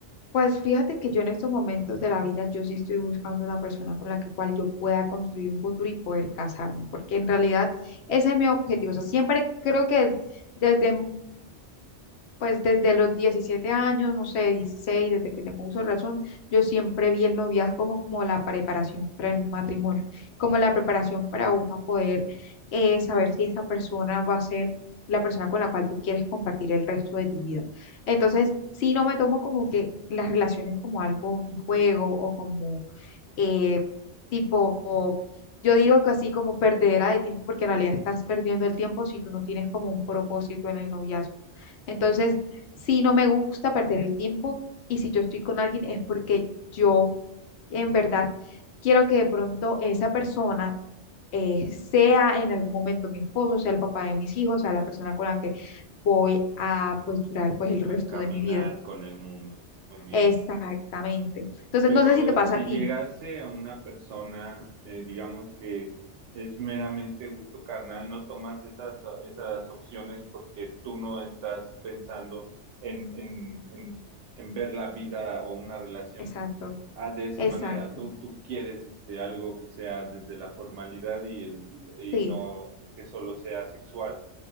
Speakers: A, on the left; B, on the right.
A: Pues fíjate que yo en estos momentos de la vida, yo sí estoy buscando una persona con la que cual yo pueda construir un futuro y poder casarme, porque en realidad ese es mi objetivo. O sea, siempre creo que desde pues desde los 17 años, no sé, dieciséis desde que tengo uso de razón, yo siempre vi el noviazgo como, como la preparación para el matrimonio, como la preparación para uno poder eh, saber si esa persona va a ser la persona con la cual tú quieres compartir el resto de tu vida. Entonces, sí, no me tomo como que las relaciones como algo, un juego o como eh, tipo, yo digo que así como perdedera de tiempo, porque en realidad estás perdiendo el tiempo si tú no tienes como un propósito en el noviazgo. Entonces, si no me gusta perder el tiempo y si yo estoy con alguien es porque yo en verdad quiero que de pronto esa persona eh, sea en algún momento mi esposo, sea el papá de mis hijos, sea la persona con la que voy a pues durar pues el resto
B: a caminar
A: de mi vida.
B: con el mundo. Muy bien.
A: Exactamente. Entonces
B: Pero
A: no sé si te pasa
B: si
A: a ti.
B: llegase a una persona, eh, digamos que es meramente gusto carnal, no tomas esas, esas opciones porque tú no estás pensando en, en, en, en ver la vida o una relación
A: Exacto,
B: ah, de esa
A: exacto.
B: manera. Tú, tú quieres este, algo que sea desde la formalidad y, el, y
A: Sí,
B: no que solo sea sexual.